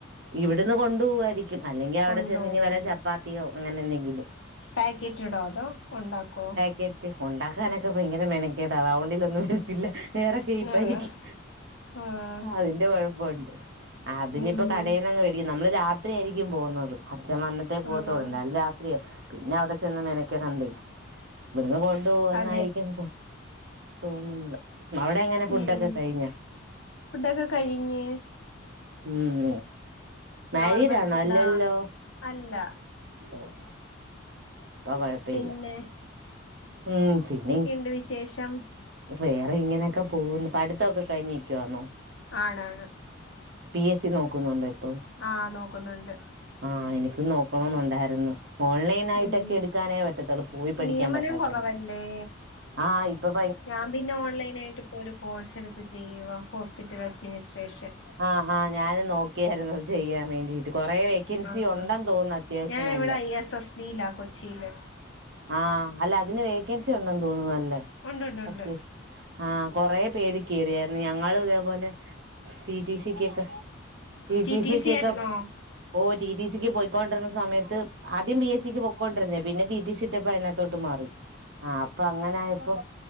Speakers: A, on the right; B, on the left.
A: ഇവ്ട്ന്ന് കൊണ്ടു പൂവായിരിക്കും അല്ലെങ്കിൽ അവിടെ
B: കൊണ്ടോവോ
A: ചെന്ന് ഇനി വല്ല ചപ്പാത്തിയോ അങ്ങനെ എന്തെങ്കിലും
B: പാക്കറ്റ്ഡോ അതോ ഒണ്ടാക്കോ
A: കറ്റ് ഉണ്ടാക്കാനൊക്കെ ഭയങ്കര മെനക്കേടാ റൗണ്ടിലൊന്നും വരത്തില്ല വേറെ ഷേപ്പ്
B: ആഹ്
A: ആയിരിക്കും
B: ആഹ്
A: അതിന്റെ കൊഴപ്പൊഉണ്ട് ആഹ് അതിനി
B: ഉം
A: ഇപ്പൊ കടേന്നങ് വേടിക്കും നമ്മള് രാത്രി ആയിരിക്കും പോകുന്നത് അപ്പച്ഛൻ വന്നിട്ടേ പോകത്തൊള്ള്
B: ആഹ്
A: എന്തായാലും രാ പിന്നെ അവിടെ ചെന്ന് മെനക്കേടണ്ടേ ഇവിടുന്ന് കൊണ്ടു പോവന്നായിരിക്കും
B: അതെ
A: തോന്നുന്നത് അവിടെ എങ്ങന ഫുഡൊക്കെ
B: ഉം
A: കഴിഞ്ഞ
B: ഫുഡൊക്കെ കഴിഞ്ഞ്
A: ഉം മാരീഡാണോ
B: നോർമൽ ഫുഡാ
A: അല്ലല്ലോ
B: അല്ല
A: ഓഹ് അപ്പ കൊഴപ്പില്ല
B: പിന്നെ
A: ഉം പിന്നെ
B: എന്തുണ്ട് വിശേഷം
A: വേറെ ഇങ്ങനെയൊക്കെ പോന്ന് പഠിത്തൊക്കെ കഴിഞ്ഞ് നിക്കുവാന്നോ
B: ആണാണ്
A: പി എസ് സി നോക്കുന്നുണ്ടോ ഇപ്പം
B: ആഹ് നോക്കുന്നോണ്ട്
A: ആഹ് എനിക്കും നോക്കണോന്നൊണ്ടായിരുന്നു ഓൺലൈൻ ആയിട്ടൊക്കെ
B: ഉം
A: എടുക്കാനേ പറ്റത്തോള്ളൂ പോയി പഠിക്കാൻ
B: നിയമനം
A: പറ്റാത്തോർക്ക്
B: കൊറവല്ലേ
A: ആഹ് ഇപ്പം
B: ഞാൻ പിന്നെ ഓൺലൈൻ ആയിട്ട് ഇപ്പൊ ഒരു കോഴ്സ് എടുത്ത് ചെയ്യുവാ ഹോസ്പിറ്റൽ അഡ്മിനിസ്ട്രേഷൻ
A: ആഹ് ആഹ് ഞാൻ നോക്കിയായിരുന്നു അത് ചെയ്യാൻ വേണ്ടീട്ട് കൊറെ വെ വേക്കൻസി
B: ആഹ്
A: ഉണ്ടെന്ന് തോന്നുന്നു അത്യാവശ്യം
B: ഞാൻ
A: നല്ല
B: ഇവിടെ ഐ എസ് എസ് ഡിയിലാ കൊച്ചിയില്
A: ആഹ് അല്ല അതിന് വേക്കൻസി ഉണ്ടെന്ന് തോന്നുന്നു നല്ലേ
B: ഉണ്ട് ഉണ്ട് ഉണ്ട്
A: അത്യാവശ്യം ആഹ് കൊറേ പേര് കേറിയായിരുന്നു ഞങ്ങളും ഇതേപോലെ റ്റി റ്റി സി കൊക്കെ T
B: T
A: T
B: T
A: C ക്കൊക്കെ
B: ആയിരുന്നോ
A: ഓഹ് റ്റി റ്റി സിക്ക് പോയിക്കൊണ്ടിരുന്ന സമയത്ത് ആദ്യം പി എസ് സിക്ക് പോക്കോണ്ടിരുന്നയ പിന്നെ റ്റി റ്റി സി കിട്ടിയപ്പൊ അതിനാത്ത് തൊട്ട് മാറി ആഹ് അപ്പൊ അങ്ങനെ ആയപ്പൊ